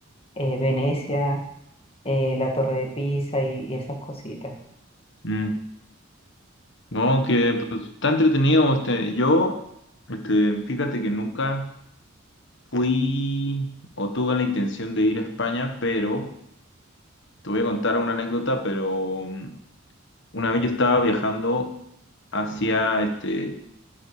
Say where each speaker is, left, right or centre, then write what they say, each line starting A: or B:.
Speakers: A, on the left; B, on the left.
A: eh, Venecia eh, la Torre de Pisa y, y esas cositas.
B: Mm. No, que pues, está entretenido. Este, yo, este, fíjate que nunca fui o tuve la intención de ir a España, pero te voy a contar una anécdota, pero mm, una vez yo estaba viajando hacia, este,